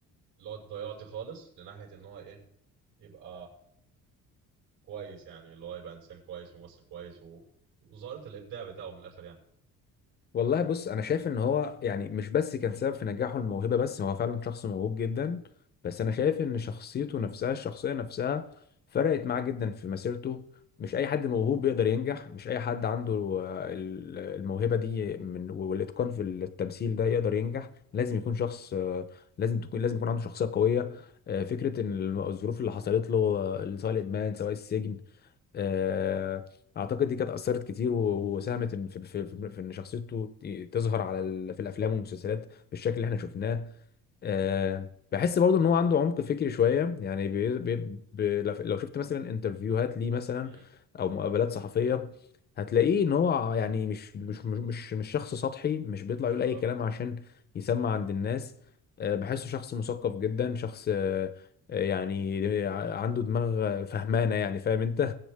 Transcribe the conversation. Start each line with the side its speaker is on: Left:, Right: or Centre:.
Right: اللي هو الضياع دي خالص لناحيه ان هو ايه يبقى كويس يعني اللي هو يبقى انسان كويس ممثل كويس و... وظهرت الابداع بتاعه من الاخر يعني
Left: والله بص انا شايف ان هو يعني مش بس كان سبب في نجاحه الموهبه بس هو فعلا شخص موهوب جدا بس انا شايف ان شخصيته نفسها الشخصيه نفسها فرقت معاه جدا في مسيرته مش اي حد موهوب بيقدر ينجح مش اي حد عنده آه، ال- الموهبه دي من والاتقان في التمثيل ده يقدر ينجح لازم يكون شخص آه، لازم تكون لازم يكون عنده شخصيه قويه آه، فكره ان الظروف اللي حصلت له آه، سواء الادمان سواء السجن آه، اعتقد دي كانت اثرت كتير و- وساهمت إن- في في في في ان شخصيته ت- تظهر على ال- في الافلام والمسلسلات بالشكل اللي احنا شفناه آه، بحس برضه ان هو عنده عمق فكري شويه يعني بي بي بي لو لو شفت مثلا انترفيوهات ليه مثلا
Right: مم،
Left: او مقابلات صحفيه هتلاقيه ان هو يعني مش مش مش مش مش شخص سطحي مش بيطلع يقول
Right: بالظبط
Left: اي كلام عشان يسمع عند الناس آه، بحسه شخص مثقف جدا شخص آه، يعني عنده دماغ فهمانه يعني فاهم انت <laughs>